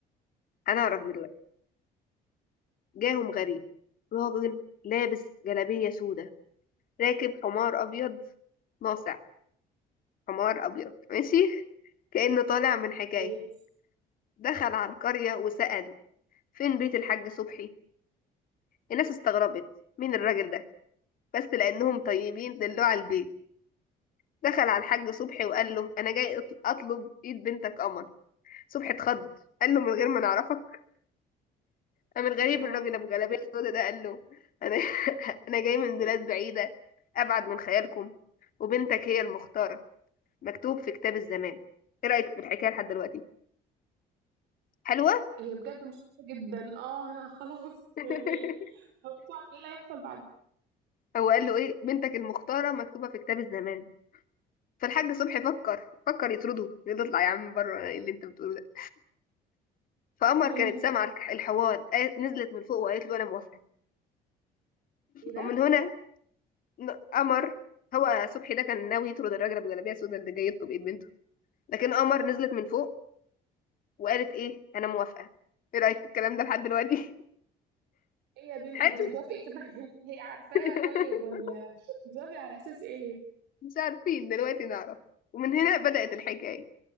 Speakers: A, on the left (about 55°); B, on the right (about 80°).
A: هنعرف دلوقتي جاهم غريب راجل لابس جلابية سودة راكب حمار أبيض ناصع حمار أبيض ماشي كأنه طالع من حكاية
B: ماشي
A: دخل على القرية وسأل فين بيت الحاج صبحي الناس استغربت مين الراجل ده بس لأنهم طيبين دلوه على البيت دخل على الحاج صبحي وقال له أنا جاي أطل- أطلب إيد بنتك قمر صبحي اتخض قال له من غير ما نعرفك من غريب
B: اه
A: الراجل ابو جلابيه السودا ده قال له انا <laughs> انا جاي من بلاد بعيده ابعد من خيالكم وبنتك هي المختاره مكتوب في كتاب الزمان ايه رايك في الحكايه لحد دلوقتي حلوه
B: هي بجد مشكلة جدا اه انا خلاص
A: <laughs>
B: يعني هو مش عارف ايه اللي هيحصل
A: هو قال له ايه بنتك المختاره مكتوبه في كتاب الزمان فالحاج صبحي فكر فكر يطرده يقول له اطلع يا عم بره إيه اللي انت بتقوله ده فقمر
B: بعدين
A: كانت سامعه الك- الحوار قالت- نزلت من فوق وقالت له انا موافقه
B: ايه ده
A: ومن هنا ن- قمر هو صبحي ده كان ناوي يطرد الراجل ابو جلابيه السودا اللي جاي يخطب ايد بنته لكن قمر نزلت من فوق وقالت ايه انا موافقه ايه رايك في الكلام ده لحد دلوقتي
B: ايه يا بنتي
A: <laughs> حلو
B: انت بتوافقي كده <laughs> على اللي هي عارفاها
A: <laughs>
B: طيب ولا بتوافقي على اساس ايه
A: مش عارفين دلوقتي نعرف ومن هنا بدات الحكايه